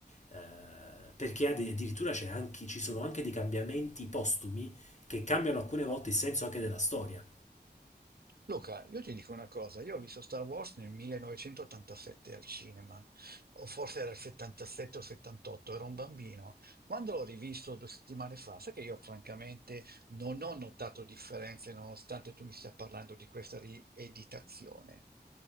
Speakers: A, on the left; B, on the right.
A: eh, perché ad- addirittura c'è anche- ci sono anche dei cambiamenti postumi che cambiano alcune volte il senso anche della storia.
B: Luca, io ti dico una cosa, io ho visto Star Wars nel 1987 al cinema, o forse era il 77 o 78, ero un bambino. Quando l'ho rivisto due settimane fa, sai che io francamente non ho notato differenze nonostante tu mi stia parlando di questa rieditazione.